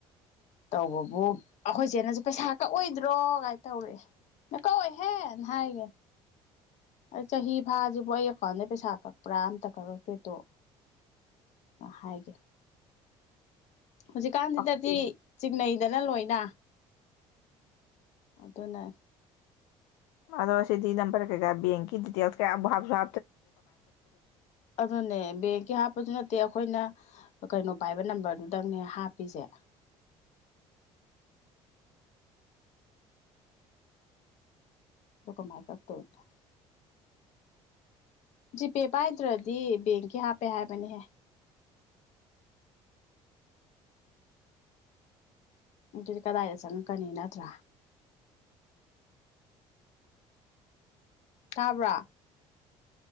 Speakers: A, on the left; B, on the left.
A: ꯇꯧꯕꯕꯨ ꯑꯩꯈꯣꯏ ꯏꯆꯦꯅꯁꯨ ꯄꯩꯁꯥ ꯀꯛꯑꯣꯏꯗ꯭ꯔꯣ ꯀꯥꯏꯅ ꯇꯧꯔꯛꯑꯥꯥ ꯑꯩꯅ ꯀꯛꯑꯣꯏꯍꯦꯅ ꯍꯥꯏꯒꯔ꯭ꯦ ꯆꯍꯤ ꯐꯥꯁꯤꯕꯨ ꯑꯩ ꯑꯦꯀꯥꯎꯟꯗ ꯄꯩꯁꯥ ꯀꯛꯄ꯭ꯔꯥ ꯑꯝꯇ ꯀꯛꯛꯇꯦꯗꯣ ꯍꯥꯏꯕꯥ ꯍꯧꯖꯤꯛꯀꯥꯟꯁꯤꯗꯗꯤ
B: ꯄꯛꯇ꯭ꯔꯤꯅꯤ
A: ꯆꯤꯡꯅꯩ ꯗꯅ ꯂꯣꯏꯅ ꯑꯗꯨꯅ
B: ꯑꯗꯣꯁꯁꯤꯗꯤ ꯅꯝꯕꯔ ꯀꯒ ꯕꯥꯟꯡꯀꯤꯇꯀꯞ ꯁ
A: ꯑꯗꯨ ꯑꯗꯨꯅꯦ ꯕꯒꯦ ꯍꯥꯄꯗꯅ ꯑꯠꯇꯦ ꯑꯩꯈꯣꯏꯅ ꯀꯩꯅꯣ ꯄꯥꯏꯕ ꯅꯝꯕꯔꯗꯨꯗꯪꯅꯦ ꯍꯥꯞꯄꯤꯁꯦ ꯒ ꯂꯀꯝꯥꯏꯀ ꯇꯋꯅ ꯖꯤꯄꯦ ꯄꯥꯏꯗ꯭ꯔꯗꯤ ꯕꯦꯡꯀꯤ ꯍꯥꯞꯄꯦ ꯍꯥꯏꯕꯅꯤꯍꯦ ꯗꯤ ꯀꯗꯥꯏꯗ ꯆꯪꯉꯛꯀꯅꯤ ꯅꯠꯇ꯭ꯔꯥ ꯇꯥꯕ꯭ꯔꯥ